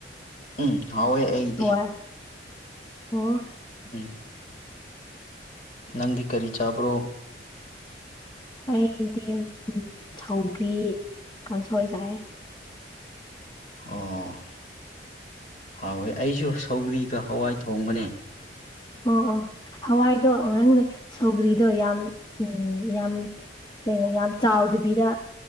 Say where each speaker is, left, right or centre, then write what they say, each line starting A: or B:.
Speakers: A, on the left; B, on the left.
A: ꯎꯝ ꯍꯥꯎꯋꯦ ꯑꯩꯗꯤ
B: ꯍꯋꯥꯏ ꯑꯣ
A: ꯎꯝ ꯅꯪꯗꯤ ꯀꯔꯤ ꯆꯥꯕ꯭ꯔꯣ
B: ꯑꯩꯗꯤ ꯁꯧꯒ꯭ꯔꯤ ꯀꯥꯡꯁꯣꯏ ꯆꯥꯏꯌꯦ
A: ꯑꯣ ꯍꯥꯎꯋꯦ ꯑꯩꯁꯨ ꯁꯧꯒ꯭ꯔꯤꯒ ꯍꯋꯥꯏ ꯊꯣꯡꯕꯅꯦ
B: ꯑꯣ ꯑꯣ ꯍꯋꯥꯏꯗꯣ ꯑꯉꯥꯡꯅ ꯁꯧꯒ꯭ꯔꯤꯗꯣ ꯌꯥꯝ ꯎꯝ ꯌꯥꯝ ꯀꯩꯅꯣ ꯌꯥꯝ ꯆꯥꯎꯗꯕꯤꯗ